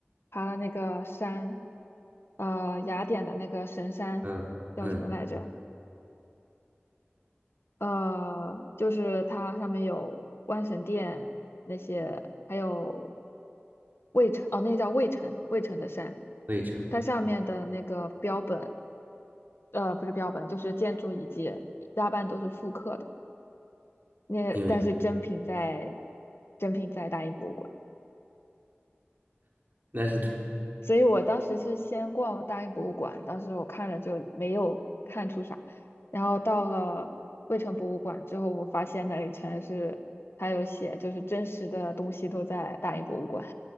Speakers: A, on the left; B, on the right.
A: 爬了那个山，呃，雅典的那个神山叫什么来着？
B: 嗯嗯，
A: 呃，就是它上面有万神殿那些，还有魏城，哦，那叫魏城，魏城的山，
B: 费城，
A: 它上面的那个标本，呃，不是标本，就是建筑遗迹，大半都是复刻的。那但是真品在，
B: 因为
A: 真品在大英博物馆。
B: 那是它
A: 所以我当时是先逛了大英博物馆，当时我看了就没有看出啥，然后到了卫城博物馆之后，我发现那里全是，还有写就是真实的东西都在大英博物馆，